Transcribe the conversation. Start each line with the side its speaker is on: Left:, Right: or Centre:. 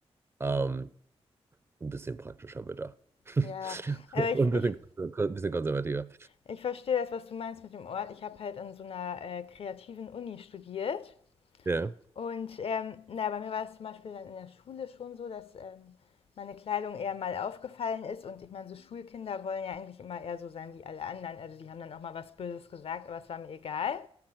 Right: Ähm, ein bisschen praktischer bedacht. <laughs>
Left: Ja, aber ich,
Right: Und
Left: ich
Right: ein bisschen, ein bisschen konservativer.
Left: Ich verstehe das, was du meinst mit dem Ort. Ich habe halt an so einer äh, kreativen Uni studiert.
Right: Ja.
Left: Und ähm, na, bei mir war es zum Beispiel dann in der Schule schon so, dass ähm, meine Kleidung eher mal aufgefallen ist. Und ich meine, so Schulkinder wollen ja eigentlich immer eher so sein wie alle anderen. Also die haben dann auch mal was Böses gesagt, aber es war mir egal.